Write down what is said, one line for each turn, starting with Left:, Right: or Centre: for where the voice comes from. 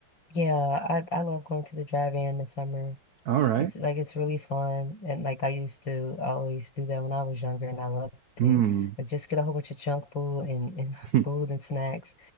Left: Yeah, I I love going to the drive-in this summer.
Right: All right.
Left: It's like it's really fun. And like I used to always do that when I was younger and I loved
Right: Hmm.
Left: it. Like just get a whole bunch of junk food and, and
Right: <laughs>
Left: <laughs> food and snacks